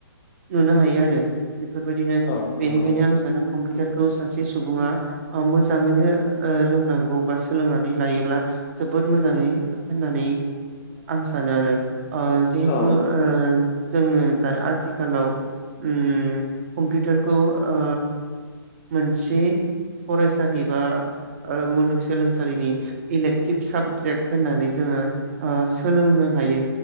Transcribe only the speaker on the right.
नुनो हायो आरो बेफोरबायदिनो
बेनिखायनो आं सानो कम्पिउटार खौ सासे सुबुङा अ मोजाङैनो ओ रोंनांगौ बा सोलोंनानै लायोब्ला जोबोद मोजाङै होननानै आं सानो आरो अ जिहेतु
ओ जोङो दा आथिखालाव उम कम्पिउटारखौ ओ मोनसे फरायसालि बा ओ मुलुगसोलोंसालिनि इलेक्टिभ साबजेक्ट होननानै जोङो औ सोलोंनो हायो।